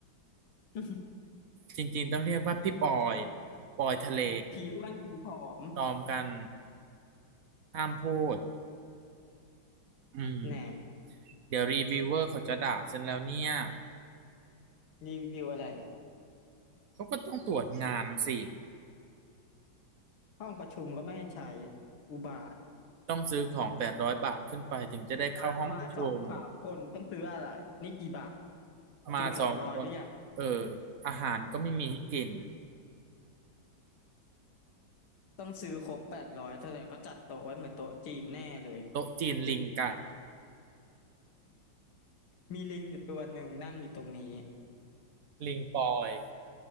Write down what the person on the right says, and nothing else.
จริงๆต้องเรียกว่าพี่ปอยปอยทะเล
ตอมกันห้ามพูดอืม
เดี๋ยวรีวิวเวอร์เขาจะด่าฉันแล้วเนี่ย
เขาก็ต้องตรวจงานสิ
ต้องซื้อของแปดร้อยบาทขึ้นไปถึงจะได้เข้าห้องประชุม
มาสองคน
เอออาหารก็ไม่มีให้กิน
โต๊ะจีนลิงไก่
<laughs> ลิงปอย